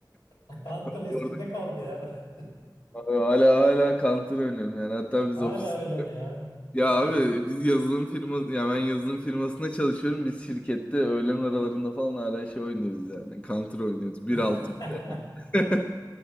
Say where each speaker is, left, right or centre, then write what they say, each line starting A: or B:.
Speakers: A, on the left (about 80°); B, on the left (about 15°).
A: <laughs> Counter
B: <laughs>
A: eskide kaldı ya.
B: Orada hala hala Counter oynuyorum yani. Hatta
A: <laughs>
B: biz
A: Hala
B: ofis
A: öyle mi ya?
B: Ya
A: İlginç.
B: abi biz yazılım firması ya ben yazılım firmasında çalışıyorum. Biz şirkette öğlen aralarında falan hala şey oynuyoruz yani. Counter oynuyoruz. 1.6
A: <laughs>
B: bir de yani. <laughs>